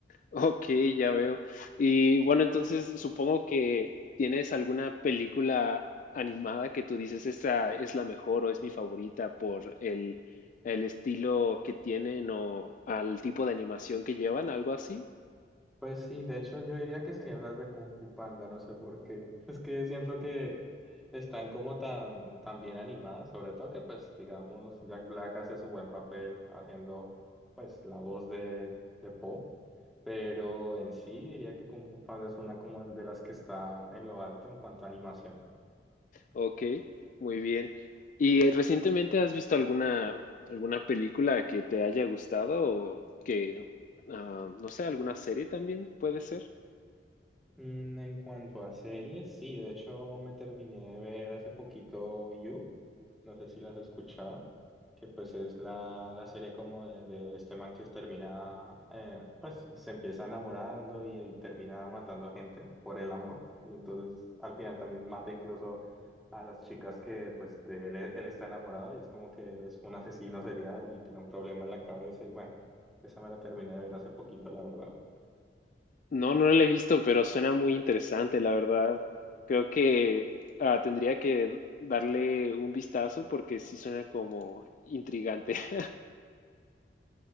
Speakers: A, on the left; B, in the centre.
A: Ok, ya veo. Y bueno, entonces supongo que tienes alguna película animada que tú dices, esta es la mejor o es mi favorita por el, el estilo que tienen o al tipo de animación que llevan, algo así.
B: Pues sí, de hecho yo diría que serían las de Kung Fu Panda, no sé por qué. <laughs> Es que siento que están como tan, tan bien animadas, sobre todo que pues digamos Jack Black hace su buen papel haciendo pues la voz de, de Po, pero en sí diría que Kung Fu Panda es una como de las que está en lo alto en cuanto a animación.
A: Ok, muy bien. ¿Y eh, recientemente has visto alguna, alguna película que te haya gustado o que, ah, no sé, alguna serie también puede ser?
B: Mm, en cuanto a series, sí, de hecho me terminé de ver hace poquito You. no sé si las has escuchado, que pues es la, la serie como de, de este man que termina, eh, pues se empieza enamorando y, y termina matando gente por el amor, y entonces al final también mata incluso a las chicas que pues de él, él está enamorado y es como que él es un asesino serial y tiene un problema en la cabeza y bueno, esa me la terminé de ver hace poquito, la verdad.
A: No, no la he visto, pero suena muy interesante, la verdad. Creo que ah, tendría que darle un vistazo porque sí suena como intrigante. <laughs>